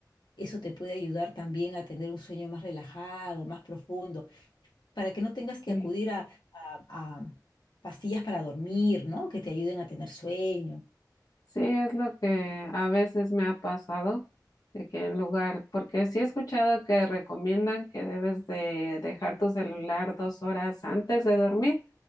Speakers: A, on the left (about 80°); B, on the left (about 55°).
A: eso te puede ayudar también a tener un sueño más relajado, más profundo, para que no tengas que
B: Sí.
A: acudir a, a pastillas para dormir, ¿no? Que te ayuden a tener sueño.
B: Sí, es lo que a veces me ha pasado, de que en lugar, porque sí he escuchado que recomiendan que debes de dejar tu celular dos horas antes de dormir,